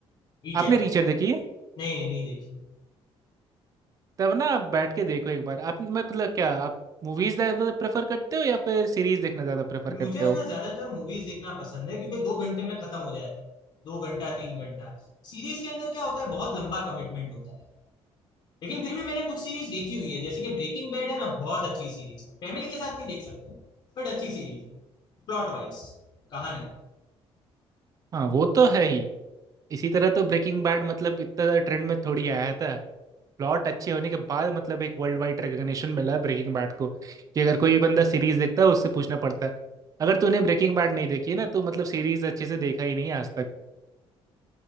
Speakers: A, on the left; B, on the right.
A: टीचर
B: आपने रीचर देखी है
A: नहीं नहीं नहीं देखी
B: तब ना आप बैठ के देखो एक बार आप मैं मतलब क्या आप मूवीज ज्यादा प्रेफर करते हो या फिर सीरीज देखना ज्यादा प्रेफर
A: मुझे
B: करते
A: है
B: हो
A: ना ज्यादातर मूवीज देखना पसंद है क्योंकि दो घंटे में खत्म हो जाती है दो घंटा तीन घंटा सीरीज के अंदर क्या होता है बहुत लंबा कमिटमेंट होता है लेकिन फिर भी मैंने कुछ सीरीज देखी हुई है जैसे कि ब्रेकिंग बैड है ना बहुत अच्छी सीरीज है फैमिली के साथ नहीं देख सकते बट अच्छी सीरीज है प्लॉट वाइज कहानी
B: हाँ वो तो है ही इसी तरह तो ब्रेकिंग बैड मतलब इतना ज्यादा ट्रेंड में थोड़ी आया था प्लॉट अच्छे होने के बाद मतलब एक वर्ल्ड वाइड रिकग्निशन मिला है ब्रेकिंग बैड को कि अगर कोई बंदा सीरीज देखता है उससे पूछना पड़ता है अगर तूने ब्रेकिंग बैड नहीं देखी है ना तो मतलब सीरीज अच्छे से देखा ही नहीं है आज तक